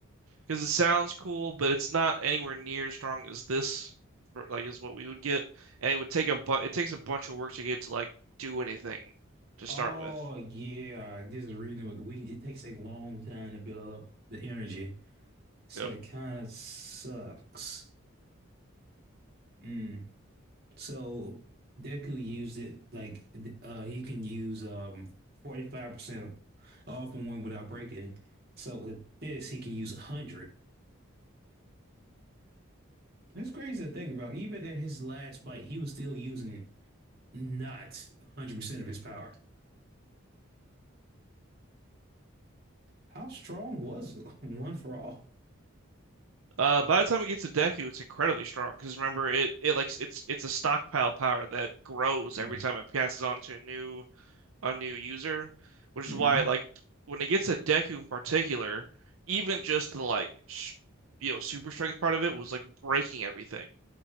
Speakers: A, on the right; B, on the right.
A: because it sounds cool, but it's not anywhere near as strong as this. For, like is what we would get, and it would take a bu it takes a bunch of work to get to like do anything to
B: Oh,
A: start with.
B: yeah. Just reading with the week, it takes a long time to build up the energy. So
A: Yep.
B: it kind of sucks. Mm. So Deku used it like uh he can use um 45% of all from one without breaking. So with this, he can use 100. It's crazy to think about. Even at his last fight, he was still using not 100% of his power. How strong was <laughs> one for all?
A: Uh, by the time it gets to Deku, it's incredibly strong because remember it it like it's it's a stockpile power that grows
B: Mm-hmm.
A: every time it passes on to a new a new user, which
B: Mm-hmm.
A: is why like when it gets to Deku in particular, even just the like sh you know super strength part of it was like breaking everything.